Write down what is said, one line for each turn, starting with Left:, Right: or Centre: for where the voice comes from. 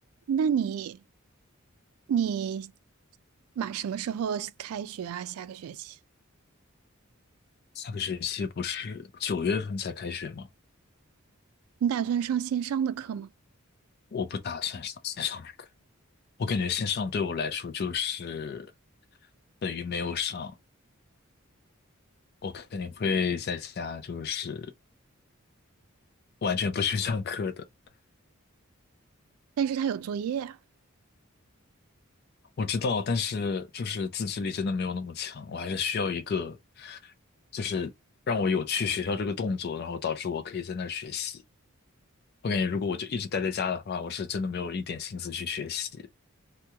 Right: 那你你马什么时候开学啊？下个学期
Left: 下个学期不是九月份才开学吗？
Right: 你打算上线上的课吗？
Left: 我不打算上线上的课，我感觉线上对我来说就是等于没有上，我肯定会在家就是完全不去上课的。
Right: 但是他有作业啊，
Left: 我知道，但是就是自制力真的没有那么强，我还是需要一个就是让我有去学校这个动作，然后导致我可以在那儿学习。我感觉如果我就一直待在家的话，我是真的没有一点心思去学习。